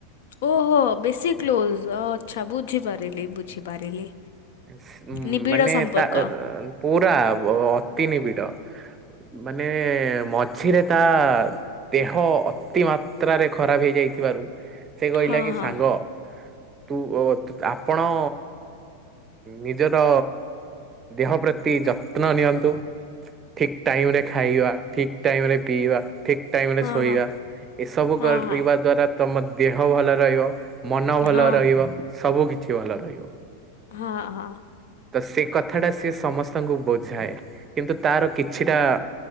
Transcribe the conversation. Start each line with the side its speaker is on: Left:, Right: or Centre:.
Left: ଓହୋ ବେଶୀ କ୍ଲୋଜ ଅ ଆଛା ବୁଝିପାରିଲି ବୁଝିପାରିଲି।
Right: ଉ
Left: ନିବିଡ଼
Right: ମାନେ
Left: ସମ୍ପର୍କ
Right: ତା ପୁରା ବ ଅତି ନିବିଡ ମାନେ ମ ଝିରେ ତା ଦେହ ଅତି ମା ତ୍ରାରେ ଖରାପ ହେଇଯାଇଥିବାରୁ ସେ କହିଲା
Left: ହଁ
Right: କି
Left: ହଁ।
Right: ସାଙ୍ଗ ତୁ ଅ ଆପଣ ନିଜର ଦେହ ପ୍ରତି ଯତ୍ନ ନିଅନ୍ତୁ। ଠିକ ଟାଇମ ରେ ଖାଇବା ଠିକ ଟାଇମରେ ପିଇବା। ଠିକ ଟାଇମ ରେ
Left: ହଁ
Right: ଶୋଇବା
Left: ହଁ
Right: ଏସବୁ
Left: ହଁ
Right: କରିବା
Left: ହଁ
Right: ଦ୍ଵାରା ତମ ଦେହ ଭଲ ରହିବ। ମନ ଭଲ
Left: ହଁ
Right: ରହିବ ସବୁକିଛି ଭଲ ରହିବ।
Left: ହଁ ହଁ।
Right: ତ ସେ କଥା ଟା ସିଏ ସମସ୍ତଙ୍କୁ ବୁଝାଏ କିନ୍ତୁ ତାର କିଛିଟା